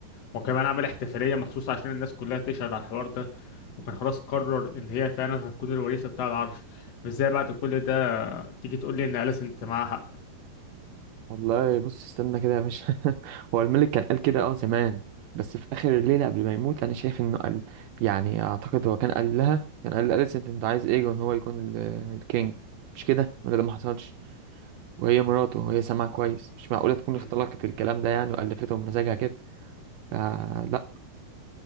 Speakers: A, on the left; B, on the right.
A: وكمان عمل احتفالية مخصوص عشان الناس كلها تشهد على الحوار ده وكان خلاص قرر ان هي فعلا هتكون الوريثة بتاع العرش مش زي بعد كل ده تيجي تقول لي ان أليس انت معاها
B: والله بص استنى كده يا باشا <laughs> هو الملك كان قال كده اه زمان بس في اخر الليله قبل ما يموت انا شايف انه قال يعني اعتقد هو كان قال لها كان قال لأليسنت انت عايز ايه ان هو يكون ال- الكينج مش كده ولا ده ما حصلش وهي مراته وهي سامعه كويس مش معقوله تكون
A: حق
B: اختلقت الكلام ده يعني والفته بمزاجها كده فلا